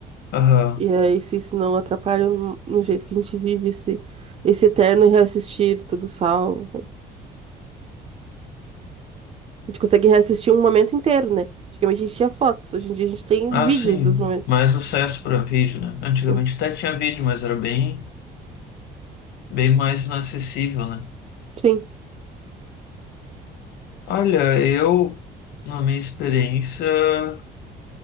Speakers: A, on the left; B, on the right.
A: aham.
B: E aí, se isso não atrapalha no no jeito que a gente vive esse, esse eterno reassistir tudo salvo. A gente consegue reassistir um momento inteiro, né? Antigamente a gente tinha fotos, hoje em dia a gente tem
A: Ah,
B: vídeos
A: sim,
B: dos momentos.
A: mais acesso pra vídeo, né? Antigamente
B: Hum,
A: até tinha vídeo, mas era bem, bem mais inacessível, né?
B: Sim,
A: Olha, eu, na minha experiência, eu